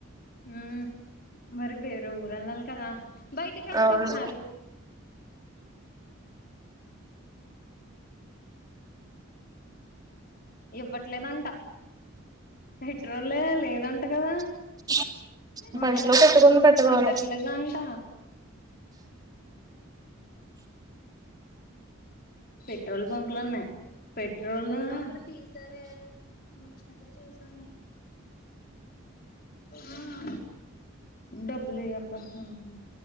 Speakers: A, on the left (about 45°); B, on the right (about 20°).
A: హ్మ్ మరి వేరే ఊరు వెళ్ళాలి కదా బయటికి రా అక్క
B: అవును
A: ఒక్కసారి ఇవ్వట్లేదంట పెట్రోలే లేదంట గదా
B: <inaudible>
A: ఉండ
B: బంట్లో పెట్టుకుని పెట్టుకోవాలి
A: ఉండట్లేదంట పెట్రోల్ బంక్లు ఉన్నాయి పెట్రోలు అక్కడ తీసారే నేను వచ్చినప్పుడు చూసాను ఆ డబ్బలియక్క పోతాను